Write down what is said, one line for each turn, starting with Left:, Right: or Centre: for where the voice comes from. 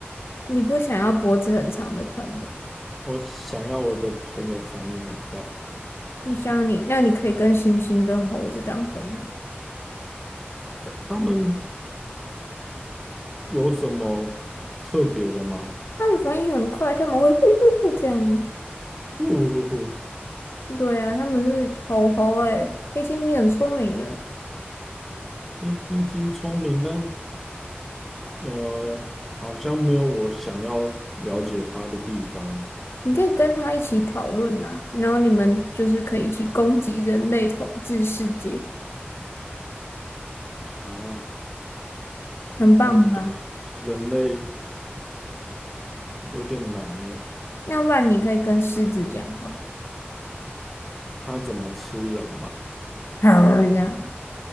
Left: 你不想要脖子很长的朋友？
Centre: 我想要我的朋友反应很快。
Left: 你想你，那你可以跟猩猩跟猴子当朋友，
Centre: 对，他们有什么特别的吗？
Left: 他们反应很快，他们会呼呼呼这样。
Centre: 不不不，
Left: 对啊，他们是猴猴哎，黑猩猩很聪明的，
Centre: 黑猩猩聪明，但呃，好像没有我想要了解它的地方啊。
Left: 你可以跟他一起讨论呐，然后你们就是可以一起攻击人类统治世界，
Centre: 哈，
Left: 很棒吧？
Centre: 我对人类有点难耶，
Left: 那不然你可以跟狮子讲话，
Centre: 它怎么吃人嘛？
Left: <laughs> 这样，